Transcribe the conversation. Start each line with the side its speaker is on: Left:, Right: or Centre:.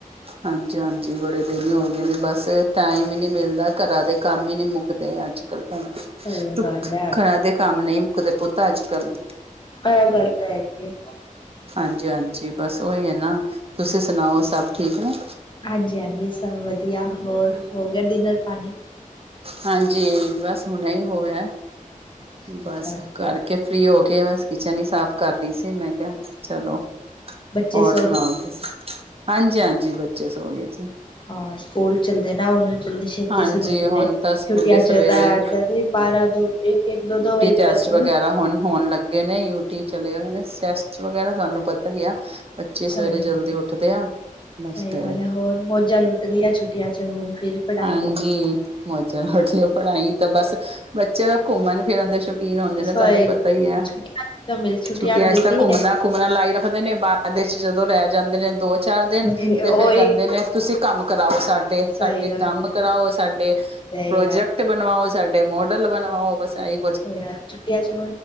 Right: ਹਾਂਜੀ- ਹਾਂਜੀ, ਬੜੇ ਦਿਨ ਹੀ ਹੋ ਗਏ ਨੇ ਬਸ ਟਾਈਮ ਹੀ ਨੀ ਮਿਲ। ਘਰਾਂ ਦੇ ਕੰਮ ਹੀ ਨੀ ਮੁੱਕਦੇ ਅੱਜ ਕੱਲ ਭੈਣਜੀ
Left: ਸਹੀ ਗੱਲ ਹੈ
Right: ਘਰਾਂ ਦੇ। ਕੰਮ ਨਹੀਂ ਮੁੱਕਦੇ ਪੁੱਤ ਅੱਜ ਕੱਲ।
Left: ਇਹ ਗੱਲ ਤੇ ਹੈਗੀ ਐ,
Right: ਹਾਂਜੀ-ਹਾਂਜੀ ਬਸ ਓਹੀ ਹੈ ਨਾ, ਤੁਸੀਂ ਸੁਣਾਓ ਸਭ ਠੀਕ ਨੇ।
Left: ਹਾਂਜੀ-ਹਾਂਜੀ ਸਭ ਵਧੀਆ, ਹੋਰ ਹੋ ਗਿਆ ਡਿਨਰ ਪਾਣੀ?
Right: ਹਾਂਜੀ, ਬਸ ਹੁਣ ਹੀ ਹੋਇਆ।
Left: ਅੱਛਾ
Right: ਬਸ
Left: ਅੱਛਾ
Right: ਕਰਕੇ ਫਰੀ ਹੋ ਕੇ ਬਸ ਕਿਚਨ ਹੀ ਸਾਫ਼ ਕਰ ਰਹੀ ਸੀ ਮੈਂ ਕਿਹਾ। ਚਲੋ
Left: ਬੱਚੇ
Right: ਹੋਰ
Left: ਸੋ
Right: ਸੁਣਾਓ
Left: ਗਏ
Right: ਤੁਸੀਂ ਹਾਂਜੀ, ਹਾਂਜੀ ਬੱਚੇ ਸ ਹੋ ਗਏ ਸੀ।
Left: ਹਾਂ ਸਕੂਲ ਚੱਲਦੇ ਨਾ ਉਹਨੂੰ ਦੀ ਛੇਤੀ
Right: ਹਾਂਜੀ
Left: ਸੋ ਜਾਦੇ ਨੇ
Right: ਹੁਣ ਤਾਂ ਸਕੂਲੇ
Left: ਕਿਉਕਿ ਅਜ
Right: ਸਵੇਰੇ
Left: ਇਕ ਇਧਰ ਬਾਰਾਂ ਦੋ ਇਕ ਇਕ ਤੋ ਦੋ
Right: ਟੇਸਟ
Left: ਤੱਕ
Right: ਵਗੈਰਾ ਹੋਣ-ਹੋਣ ਲੱਗੇ ਨੇ ਯੂਟੀ ਚਲੇ ਹੋਏ, ਨੇ ਸੈਸਟ ਵਗੈਰਾ ਤੁਹਾਨੂੰ ਪਤਾ ਹੀ ਆ ਬੱਚੇ ਸਵੇਰੇ
Left: ਸਹੀ
Right: ਜਲਦੀ
Left: ਗੱਲ
Right: ਉੱਠਦੇ ਆ ਬਸ
Left: ਸਹੀ
Right: ਫਿਰ
Left: ਗੱਲ ਹੈ ਹੋਰ ਮੋਜਾ ਲੁਟ ਲੀਆਂ ਛੁੱਟੀਆਂ ਚ ਹੁਣ ਫਿਰ ਪੜ੍ਹਾਈ
Right: ਹਾਂਜੀ ਮੌਜਾ ਲੁਟ ਪੜ੍ਹਾਈ ਤਾਂ ਬਸ ਬੱਚੇ ਤਾਂ ਘੁੰਮਣ ਫਿਰਨ ਦੇ ਏਹ ਨਾ ਹੁਦੇ
Left: ਸਹੀ
Right: ਤੁਹਾਨੂੰ ਪਤਾ ਹੀ ਆ
Left: ਛੁੱਟੀਆਂ ਮਿਲ
Right: ਛੁੱਟੀਆਂ
Left: ਮਿਲਦੀ
Right: ਚ ਤਾਂ ਘੁੰਮਣਾ ਘੁੰਮਣਾ ਲਾਈ ਰੱਖਦੇ ਨੇ ਬਾਾਹਰ ਦੇਸ ਵਿੱਚ ਜਦੋਂ ਲੈ ਜਾਂਦੇ ਨੇ ਦੋ ਚਾਰ
Left: ਹੈ
Right: ਦਿਨ ਤੇ
Left: ਉਹੀ
Right: ਫੇਰ ਕਹਿੰਦੇ ਨੇ ਤੁਸੀਂ ਕੰਮ ਕਰਾਓ ਸਾਡੇ, ਸਾਡੇ
Left: ਸਹੀ ਗੱਲ
Right: ਕੰਮ ਕਰਾਓ ਸਾਡੇ
Left: ਹੈ
Right: ਪ੍ਰੋਜੈਕਟ
Left: ਯਾਰ
Right: ਬਣਵਾਓ, ਸਾਡੇ ਮੋਡਲ ਬਣਵਾਓ ਬਸ ਏ ਈ
Left: ਯਾਰ ਛੁਟੀਆਂ ਚ